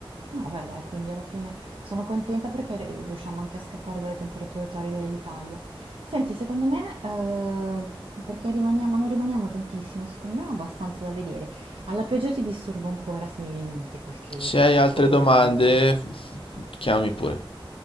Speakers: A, on the right; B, on the left.
A: No, vabbè, dai, quindi alla fine sono contenta perché r- riusciamo anche a scappare dalle temperature torride dell'Italia. Senti, secondo me, eh, perché rimaniamo, non rimaniamo tantissimo, secondo me ho abbastanza da vedere. Alla peggio ti disturbo ancora se mi viene in mente qualche,
B: Se
A: qualche
B: hai altre
A: altra domanda.
B: domande, f- chiami pure.